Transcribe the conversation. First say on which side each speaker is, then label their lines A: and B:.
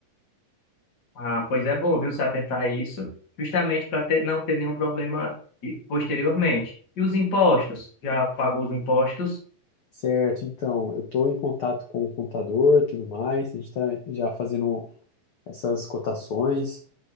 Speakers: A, on the left (about 30°); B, on the left (about 75°).
A: Ah, pois é bom, viu, se atentar a isso, justamente para ter, não ter nenhum problema eh, posteriormente. E os impostos? Já pagou os impostos?
B: Certo, então, eu estou em contato com o contador, tudo mais, a gente está já fazendo essas cotações